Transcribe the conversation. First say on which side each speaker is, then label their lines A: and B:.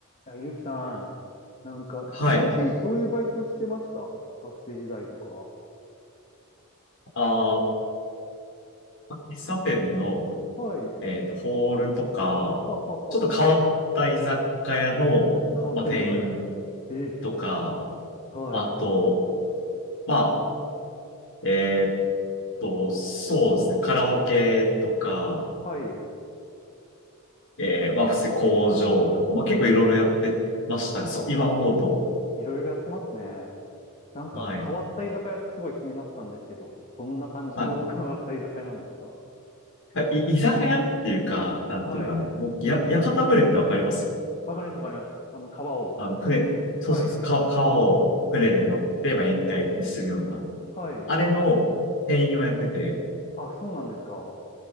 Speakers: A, on the left (about 30°); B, on the left (about 60°).
A: いや、ゆうきさん、なんか、
B: はい。
A: 昔どういうバイトしてました学生時代とか。
B: あー、喫茶店の、
A: はい。
B: えっと、ホールとか、
A: ははははは。
B: ちょっと変わった居酒屋の、
A: 変わった居酒屋。
B: まあ、店員
A: え、
B: とか、
A: はい。
B: あと、まあ、えっと、そうですね、カラオケとか、
A: はい。
B: えー、まあ、普通に工場とか、まあ、結構いろいろやってましたね。
A: ああ、
B: そう、今思うと。
A: いろいろやってますね。なんか、
B: はい。
A: 変わった居酒屋ってすごい気になったんですけど、どんな感じの
B: は
A: <laughs> 変わった居酒屋なんですか
B: い。い居酒屋っていうか、なんていうか、
A: はい。
B: あの、もう、や、屋形船ってわかります
A: わかります、わかります。あの、川を。
B: あの、船、
A: はい。
B: そうそうそう、か川を船で乗って、まあ、宴会にするような、
A: はい。
B: あれの店員をやってて、
A: あ、そうなんですか。